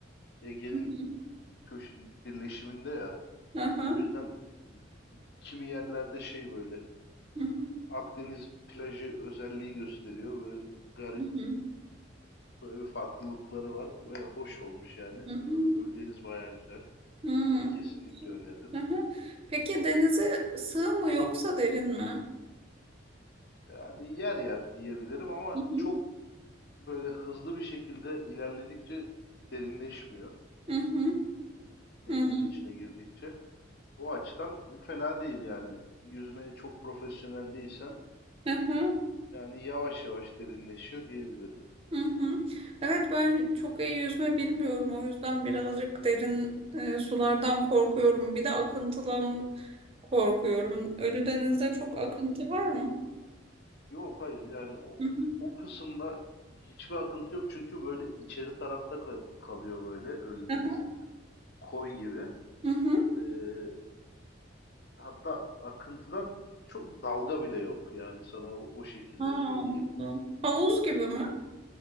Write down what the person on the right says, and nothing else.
Hı hı.
Hı hı.
Hı hı.
Hı hı.
Hı hı.
Hı.
Hı hı. Peki denize sığ mı yoksa derin mi?
Hı hı.
Hı hı.
Hı hı.
Hı hı.
Hı hı. Evet ben çok iyi yüzme bilmiyorum o yüzden birazcık derin e, sulardan korkuyorum. Bir de akıntıdan korkuyorum. Ölüdeniz'de çok akıntı
var mı?
Hı hı.
Hı hı.
Hı hı.
Ha, anladım.
Havuz gibi mi?